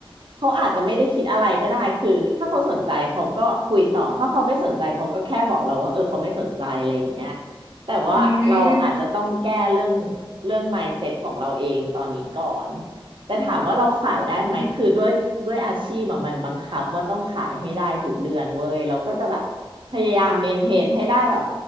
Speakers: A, on the right; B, on the left.
A: เขาอาจจะไม่ได้คิดอะไรก็ได้คือถ้าเขาสนใจเขาก็คุยต่อถ้าเขาไม่สนใจเขาก็แค่บอกเราว่าเออเขาไม่สนใจอะไรอย่างเงี้ยแต่ว่าเราอาจจะต้องแก้เรื่อง
B: อืม
A: เรื่อง mindset ของเราเองตอนนี้ก่อน แต่ถามว่าเราขายได้ไหมคือด้วยด้วยอาชีพอะมันบังคับว่าต้องขายให้ได้ทุกเดือนเว้ยเราก็จะแบบพยายามเมนเทนให้ได้แบบ
B: อืม